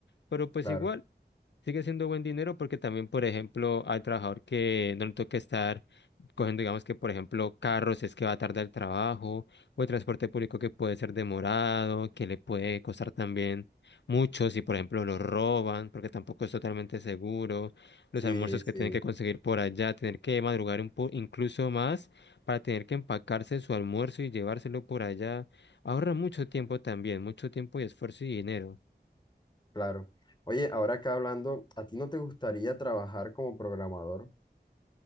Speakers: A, on the left; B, on the left.
A: Pero pues
B: claro.
A: igual, sigue siendo buen dinero porque también, por ejemplo, al trabajador que no le toca estar cogiendo, digamos que, por ejemplo, carros si es que va tarde al trabajo o el transporte público que puede ser demorado, que le puede costar también mucho si, por ejemplo, lo roban porque tampoco es totalmente seguro, los
B: Sí,
A: almuerzos
B: sí,
A: que tienen que conseguir por allá, tener que madrugar un po incluso más para tener que empacarse su almuerzo y llevárselo por allá. Ahorra mucho tiempo también, mucho tiempo y esfuerzo y dinero.
B: claro. Oye, ahora acá hablando, ¿a ti no te gustaría trabajar como programador?